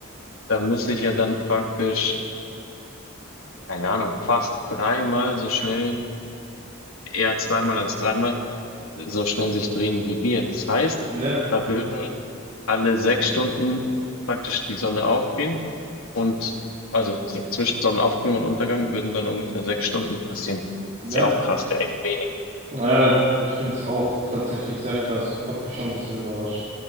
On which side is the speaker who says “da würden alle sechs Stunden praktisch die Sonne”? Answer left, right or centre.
Left